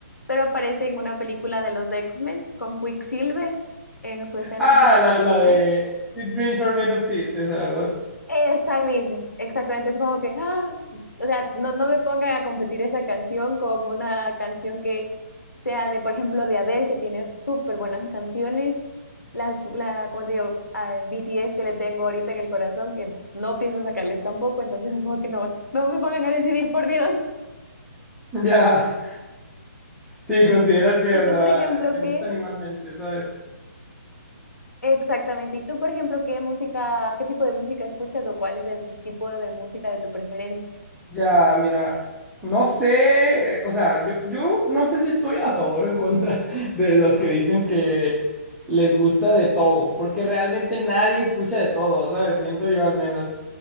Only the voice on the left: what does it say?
pero aparece en una película de los X-Men con Quicksilver en su escena
súper
fenomenal.
Esa mismo, exactamente, es como que, ¡ah! o sea, no, no me pongan a competir esa canción con una canción que sea de, por ejemplo, de Adele, que tiene súper buenas canciones, la, la, como te digo, a BTS que le tengo ahorita en el corazón, que no pienso sacarles tampoco, entonces es como que no, no me pongan a decidir, por Dios.
Sí.
¿Y
tú,
por ejemplo,
qué?
Exactamente. ¿Y tú, por ejemplo, qué música, qué tipo de música escuchas o cuál es el tipo de música de tu preferencia?